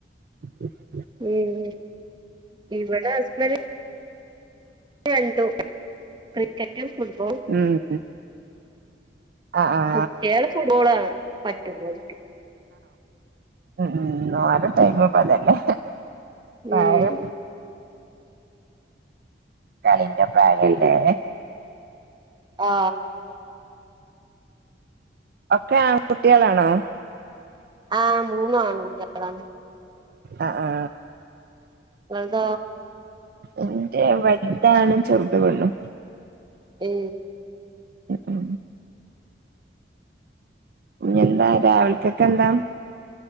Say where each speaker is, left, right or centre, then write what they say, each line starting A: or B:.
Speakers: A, on the right (about 55°); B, on the right (about 25°).
A: <unintelligible>
B: ഉം ഇവിടെ ഹസ്ബൻഡ് രണ്ടു ക്രിക്കറ്റും ഫുട്ബോ-
A: ഉം ആ ആ
B: കുട്ടികള് ഫുട്ബോൾ ആണ് പറ്റുന്ന-
A: ഉര <unintelligible> ടൈമ പതല്ലേ വേറെ
B: ഉം
A: കാലിന്റെ പ്രായം അല്ലെ
B: ആ
A: ഒക്കെ ആൺകുട്ടികളാണോ
B: ആഹ് മൂന്നും ആ ആാണ്
A: ആ ആ
B: ന്ത
A: എന്റെ വലുതാന ചെറുത കൊൊള്ളു
B: ഏ
A: ഉ ഉ ഇനിെന്താ രാവിലക്കൊക്കെ എന്താ